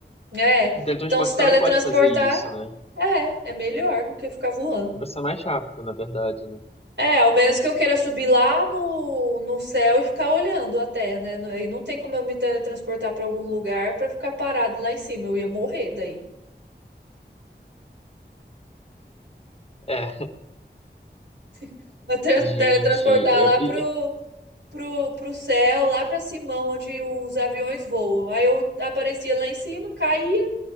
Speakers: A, on the right; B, on the left.
A: É,
B: O teletransporte
A: então se
B: você
A: teletransportar,
B: também pode fazer isso, né?
A: é, é melhor do que ficar voando.
B: E vai ser mais rápido, na verdade, né?
A: É, ao menos que eu queira subir lá no, no céu e ficar olhando a Terra, né? Não- Aí não tem como eu me teletransportar para algum lugar para ficar parado lá em cima. Eu ia morrer daí.
B: É,
A: <laughs> Mas te-
B: <laughs> gente,
A: Teletransportar
B: é...
A: lá
B: e-
A: pro, pro, pro céu, lá para cima, onde os aviões voam. Aí eu aparecia lá em cima, caía,